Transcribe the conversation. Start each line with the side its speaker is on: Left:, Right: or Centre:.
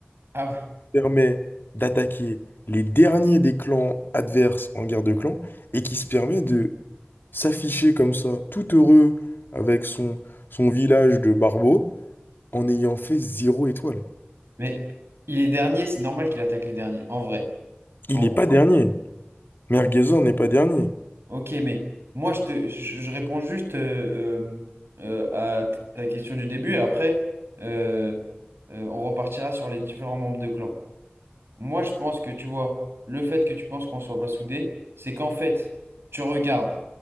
Right: Ah ouais.
Left: permet d'attaquer les derniers des clans adverses en guerre de clans et qui se permet de s'afficher comme ça, tout heureux avec son, son village de barbeaux en ayant fait zéro étoile.
Right: Mais il est dernier, c'est normal qu'il attaque les derniers, en vrai. En
Left: Il n'est
Right: vrai.
Left: pas dernier. Merguezor n'est pas dernier.
Right: Ok, mais moi, je te, je, je réponds juste euh, euh, euh, à ta ta question du début. Et après, euh, euh, on repartira sur les différents membres de clan. Moi, je pense que tu vois, le fait que tu penses qu'on soit pas soudés, c'est qu'en fait, tu regardes,